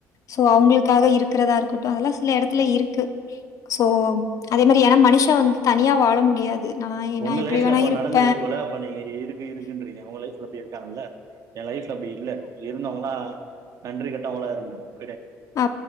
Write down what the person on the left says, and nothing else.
சோ அவங்களுக்காக இருக்குறதா இருக்கட்டு அதல்லா சில எடத்துல இருக்கு சோ அதே மாரி ஏன்னா மனுஷ வந்து தனியா வாழ முடியாது நாயே நா
எப்படி
வேணா
இருப்ப
அ